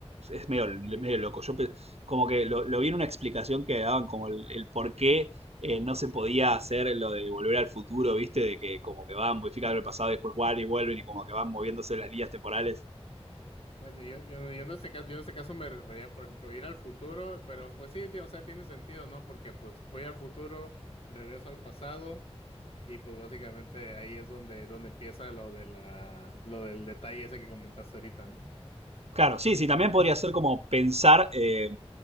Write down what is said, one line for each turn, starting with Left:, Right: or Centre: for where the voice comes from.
Right: Es, medio,
Left: Mm,
Right: medio loco. Yo pe- como que lo, lo vi en una explicación que daban como el, el por qué eh, no se podía hacer lo de volver al futuro, ¿viste? De que como que van modificando el pasado y después guardan y vuelven y como que van moviéndose las líneas temporales.
Left: Bueno, yo, yo, yo en este caso, yo en este caso me refería, por ejemplo, ir al futuro, pero pues sí, tío, o sea, tiene sentido, ¿no? Porque pues voy al futuro, regreso al pasado y pues básicamente ahí es donde, donde empieza lo de la, lo del detalle ese que comentaste ahorita, ¿no?
Right: Claro, sí, sí, también
Left: Ujú,
Right: podría ser como pensar, eh,